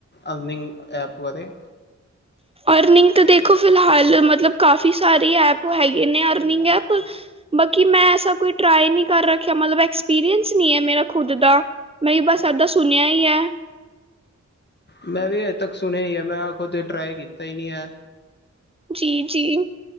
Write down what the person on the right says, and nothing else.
ਅਰਨਿੰਗ ਤਾਂ ਦੇਖੋ ਫਿਲਹਾਲ ਮਤਲਬ ਕਾਫੀ ਸਾਰੇ ਐਪ ਹੈਗੇ ਨੇ ਅਰਨਿੰਗ ਐਪ। ਬਾਕੀ ਮੈਂ ਐਸਾ ਕੋਈ ਟ੍ਰਾਈ ਨੀ ਕਰ ਰੱਖਿਆ ਮਤਲਬ ਐਕਸਪੀਰੀਅੰਸ ਨੀ ਐ ਮੇਰਾ ਖੁਦ ਦਾ। ਨਈ ਬਸ ਐਦਾਂ ਸੁਣਿਆ ਈ ਐ।
ਜੀ-ਜੀ,